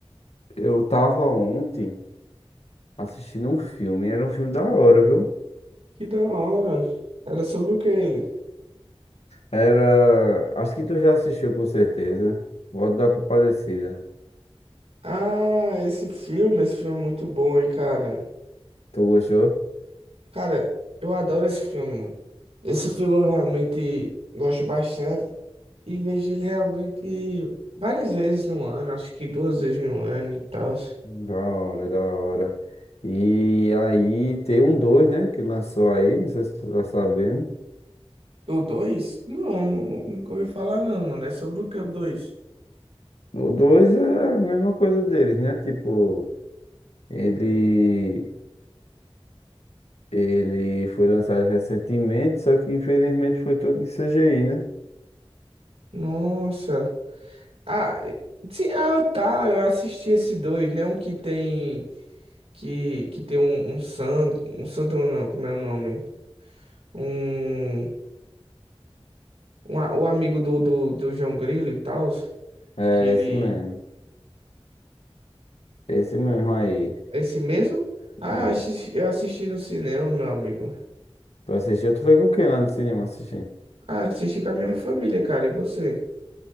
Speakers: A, on the left; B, on the right.
A: Eu tava ontem assistindo um filme. Era um filme da hora, viu?
B: Que da hora. Era sobre o que ele?
A: Era. Acho que tu já assistiu com certeza. O Auto da Compadecida.
B: Ah, esse filme, esse filme é muito bom, hein, cara.
A: Tu gostou?
B: Cara, eu adoro esse filme, mano. Esse filme eu realmente gosto bastante e vejo ele realmente várias vezes no ano, acho que duas vezes no ano e tal.
A: Da hora, da hora. E aí tem um dois, né? Que lançou aí. Não sei se tu tá sabendo.
B: O dois? Não, nu- nunca ouvi falar não, mano. É sobre o que o dois?
A: O dois é a mesma coisa deles, né? Tipo, ele. Ele foi lançado recentemente, só que infelizmente foi todo em CGI, né?
B: Nossa. Ah, eh, sim, ah, tá. Eu assisti esses dois, né? Um que tem que, que tem um, um santo, um santo não, não, como é o nome? Um, um a- o amigo do, do, do João Grilo e tal,
A: É,
B: que ele
A: esse mesmo. Esse mesmo aí.
B: é esse mesmo? Ah,
A: É.
B: assisti- eu assisti no cinema, meu amigo.
A: Tu assistiu, tu foi com quem lá no cinema assistir?
B: Ah, assisti com a minha família, cara. E você?